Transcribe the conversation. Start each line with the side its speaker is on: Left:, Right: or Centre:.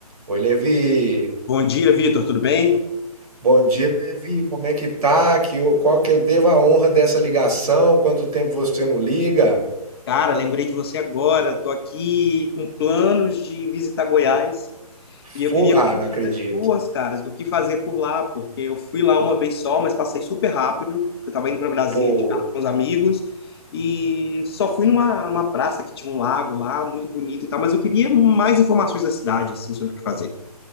Right: Oi, Levi.
Left: Bom dia, Vitor, tudo bem?
Right: Bom dia, Levi. Como é que tá? Que, eu- qual que eu devo a honra dessa ligação? Quanto tempo você não liga?
Left: Cara, lembrei de você agora. Estou aqui com planos de visitar Goiás e eu
Right: Fo-
Left: queria
Right: ah,
Left: pedir
Right: não acredito.
Left: pessoas, caras, do que fazer por lá, porque eu fui lá uma vez só, mas passei super rápido, porque eu estava indo para Brasília
Right: Pô,
Left: de carro com os amigos e só fui numa, numa praça que tinha um lago lá, muito bonito e tal, mas eu queria mais informações da cidade, assim, sobre o que fazer.